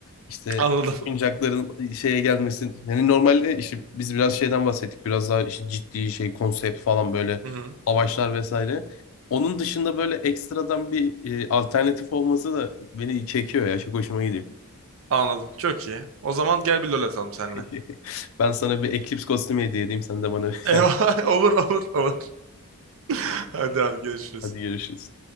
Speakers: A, on the left (about 65°); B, on the right (about 65°).
A: İşte
B: Anladım.
A: oyuncakların şeye gelmesi. Yani normalde işte biz biraz şeyden bahsettik. Biraz daha işte ciddi şey konsept falan böyle
B: Hı hı.
A: savaşlar vesaire. Onun dışında böyle ekstradan bir e, alternatif olması da beni çekiyor ya. Çok hoşuma gidiyor.
B: Anladım. Çok iyi. O zaman gel bir LoL atalım seninle.
A: <laughs> Ben sana bir Eclipse kostümü hediye edeyim. Sen de bana bir
B: Eyvah.
A: tane.
B: <laughs> Olur olur olur. <laughs> Hadi abi görüşürüz.
A: Hadi görüşürüz.